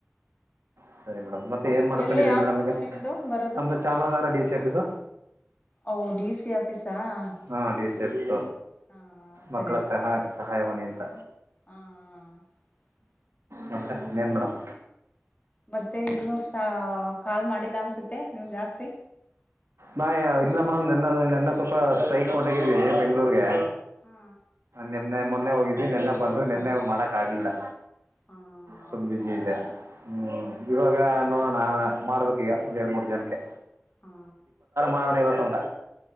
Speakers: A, on the right; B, on the left.
A: ಸರಿ ಮೇಡಮ್ ಮತ್ತೆ ಏನ್ ಮಾಡ್ಕೊಂಡಿದೀರಿ
B: ಎಲ್ಲಿ ಆಫೀಸು
A: ಮೇಡಮ್ ಈಗ
B: ನಿಮ್ದು ಬರೋದು
A: ನಮ್ದು ಚಾಮರಾಜನಗರ ಡಿ ಸಿ ಆಫೀಸ
B: ಓ ಡಿ ಸಿ ಆಫೀಸಾ
A: ಹಾ
B: ಓಕೆ
A: ಡಿ ಸಿ
B: ಓಕೆ
A: ಎಫಸ
B: ಹಾ ಸರಿ
A: ಮಕ್ಕಳ
B: ಸರಿ
A: ಸಹಾಯ ಸಹಾಯವಾಣಿ ಅಂತ
B: ಹಾ <inaudible>
A: ಮತ್ತೆ ಇನ್ನೇನ್ ಮೇಡಂ
B: ಮತ್ತೆ ಇನ್ನು ಕಾಲ್ ಮಾಡಿಲ್ಲ ಅನ್ಸುತ್ತೆ ನೀವು್ ಜಾಸ್ತಿ
A: ನಾ ಇಲ್ಲ ಮೇಡಮ್ ನನ್ನ ನೆನ್ನ ಸ್ವಲ್ಪ ಸ್ಟ್ರೈಕ್ ಮಾಡೊಂಡೋಗಿದ್ವಿ ಬೆಂಗ್ಳೂರ್ಗೆ
B: ಹಾ ಹಾ
A: ನಿೆನ್ನೆ ಮೊನ್ನೆ ಹೋಗಿದ್ವಿ ನೆನ್ನೆ ಬಂದರು ನೆನ್ನೆ ಮಾಡಕ್ ಆಗ್ಲಿಲ್ಲ
B: ಹಾ ಹೌದು
A: ಸುಮ ಬಿಜಿ ಇದೆ ಹ್ಮ್ ಇವಾಗ ನೋಡೋಣ ಮಾಡ್ಬೇಕು ಈಗ ಒಂದ ಎರಡು ಮೂರು ಜನಕ್ಕೆ
B: ಹಾ
A: ಮಾಡಣ ಇವತ್ತು ಅಂತ